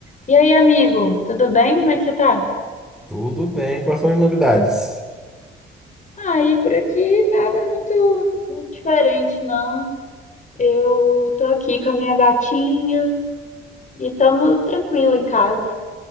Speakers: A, on the left; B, in the centre.
A: E aí, amigo, tudo bem? Como é que você tá?
B: Tudo bem, quais são as novidades?
A: Ah, e por aqui nada muito, muito diferente, não. Eu tô aqui com a minha gatinha e tamo tranquilo em casa.